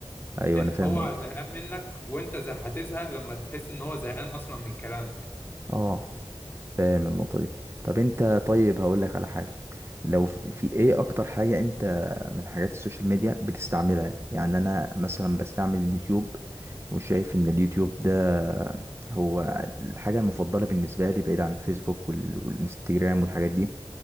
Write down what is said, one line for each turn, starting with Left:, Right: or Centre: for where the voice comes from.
Right: ايوه
Left: انت
Right: انا فاهم
Left: هو زهقان منك وانت زه... هتزهق لما تحس ان هو زهقان اصلا من كلامك
Right: اه فاهم النقطه دي طب انت طيب هقول لك على حاجه لو في في ايه اكتر حاجه انت من حاجات السوشيال ميديا بتستعملها يعني انا مثلا بستعمل اليوتيوب وشايف ان اليوتيوب ده هو الحاجة المفضلة بالنسبة لي بعيد عن الفيسبوك وال- والانستجرام والحاجات دي